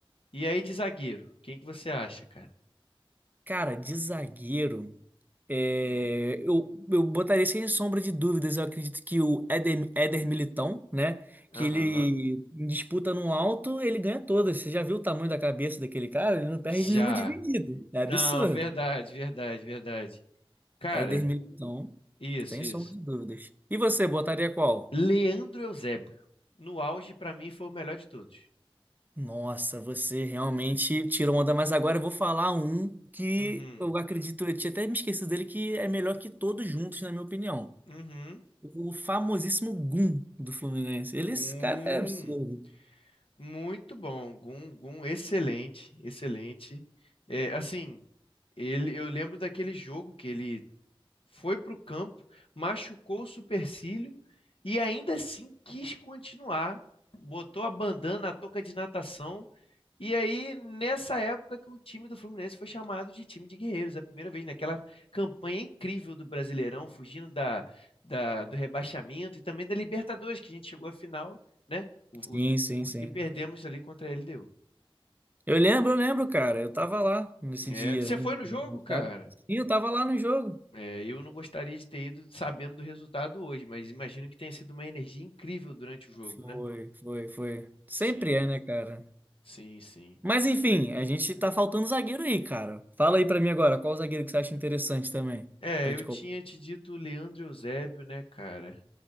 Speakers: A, on the left; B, on the right.
A: E aí de zagueiro, quem que você acha, cara?
B: Cara, de zagueiro, é,
A: Hum,
B: eu, eu botaria sem sombra de dúvidas. Eu acredito que o Éder, Éder Militão, né?
A: aham.
B: Que ele em disputa no alto, ele ganha todas. Você já viu o tamanho da cabeça daquele cara? Ele não perde
A: Já.
B: nenhuma dividida. É
A: Não,
B: absurdo.
A: verdade, verdade, verdade. Cara,
B: Éder Militão.
A: isso,
B: Sem
A: isso.
B: sombra de dúvidas. E você, botaria qual?
A: Leandro Eusébio, no auge, pra mim, foi o melhor de todos.
B: Nossa, você realmente tirou onda, mas agora eu vou falar um que
A: Uhum,
B: eu acredito, eu tinha até me esquecido dele, que é melhor que todos juntos, na minha opinião.
A: uhum.
B: O famosíssimo Gum do Fluminense. Ele,
A: Gum,
B: esse cara é absurdo.
A: muito bom. Gum, Gum, excelente, excelente. É, assim, ele, eu lembro daquele jogo que ele foi para o campo, machucou o supercílio e ainda assim quis continuar. Botou a bandana, a touca de natação. E aí, nessa época que o time do Fluminense foi chamado de time de guerreiros, é a primeira vez naquela campanha incrível do Brasileirão, fugindo da, da- do rebaixamento e também da Libertadores, que a gente chegou à final, né? O-
B: Sim,
A: o-
B: sim, sim.
A: e perdemos ali contra a LDU.
B: Eu lembro, eu lembro, cara. Eu tava lá nesse
A: É,
B: dia
A: Você
B: no,
A: foi no
B: no
A: jogo,
B: estádio.
A: cara?
B: Sim, eu tava lá no jogo.
A: É, eu não gostaria de ter ido sabendo do resultado hoje, mas imagino que tenha sido uma energia incrível durante o jogo,
B: Foi,
A: né?
B: foi, foi. Sempre
A: Sim,
B: é, né, cara?
A: sim, sim.
B: Mas enfim, a gente tá faltando zagueiro aí, cara. Fala aí pra mim agora, qual zagueiro que você acha interessante também?
A: É,
B: Pra gente
A: eu
B: colocar.
A: tinha te dito o Leandro Eusébio, né, cara?